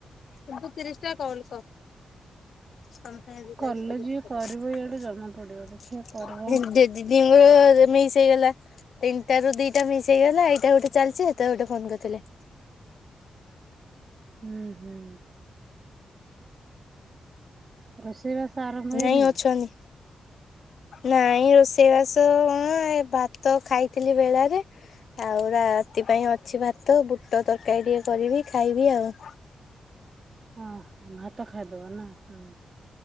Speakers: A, on the left; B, on the right.
A: କିନ୍ତୁ ତିରିଶଟା କଲ୍ କମ୍ପିଲିଟ
B: କଲେ
A: ହେଇ <unintelligible>
B: ଯିଏ କରିବ ଇଆଡୁ ଜଣା ପଡିବ ଦେଖିବା କରିବ
A: ମିସ୍ ହେଇଗଲା ତିନିଟା ରୁ ଦିଟା ମିଶ ହେଇଗଲା ଏଇଟା ଗୋଟେ ଚାଲିଛି ସେତେବେଳେ ଗୋଟେ ଫୋନ କରିଥିଲେ।
B: ହୁଁ ହୁଁ। ରୋଷେଇବାସ ଆରମ୍ଭ
A: ନାଇଁ
B: ହେଇନି?
A: ଅଛନ୍ତି ନାଇଁ ରୋଷେଇବାସ କଣ ଭାତ ଖାଇଥିଲି ବେଳାରେ ଆଉ ରାତି ପାଇଁ ଅଛି ଭାତ, ବୁଟ ତରକାରୀ ଟିକେ କରିବି ଖାଇବି ଆଉ।
B: ଓ ହୋ ଭାତ ଖାଇଦବା ନା ହୁଁ।